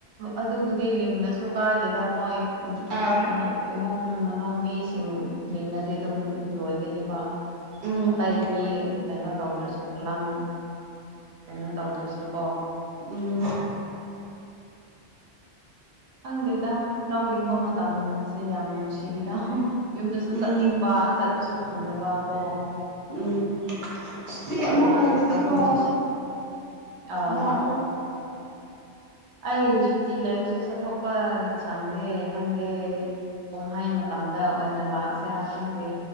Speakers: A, on the right; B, on the right.
A: ꯑꯗꯨꯕꯨꯗꯤ ꯂꯤꯡꯉꯁꯨ ꯀꯥꯏꯗꯦꯗ ꯅꯣꯏ ꯎ
B: ꯑꯥ
A: ꯅꯣꯏ ꯏꯃꯨꯡ ꯃꯅꯨꯡ ꯃꯤꯁꯤꯡ ꯂꯤꯡꯉꯗꯤ ꯑꯗꯨꯝ ꯂꯣꯏꯒꯅꯤꯕ
B: ꯎꯝ
A: ꯑꯇꯩ ꯃꯤ ꯀꯩꯅꯣ ꯇꯧꯗ꯭ꯔꯁꯨ ꯈꯨꯂꯪ ꯀꯩꯅꯣ ꯇꯧꯗ꯭ꯔꯁꯨ ꯀꯣ
B: ꯎꯝ
A: ꯈꯪꯗꯦꯗ ꯂꯧ ꯂꯤꯡꯕ ꯃꯇꯝꯁꯦ ꯌꯥꯝ ꯅꯨꯡꯁꯤꯗ ꯌꯨꯝꯗꯁꯨ
B: ꯎꯝ
A: ꯆꯠꯅꯤꯡꯕ ꯆꯠꯄꯁꯨ ꯐꯪꯗꯕ ꯑꯣ
B: ꯎꯝ ꯁꯤ
A: ꯑꯉꯥꯡ
B: ꯑꯃꯨꯛ ꯂꯩꯔꯗꯤꯀꯣ
A: ꯑꯍꯨꯝꯁꯦ ꯑꯣ
B: ꯂꯥꯛꯑꯣ
A: ꯑꯩ ꯁꯨꯇꯤ ꯂꯩꯔꯁꯨ ꯆꯠꯊꯣꯛꯄ ꯁꯪꯗꯦ ꯈꯪꯗꯦ ꯀꯨꯝꯍꯩ ꯃꯇꯝꯗ ꯑꯣꯏꯅ ꯂꯥꯛꯁꯤꯔꯥ ꯈꯪꯗꯦ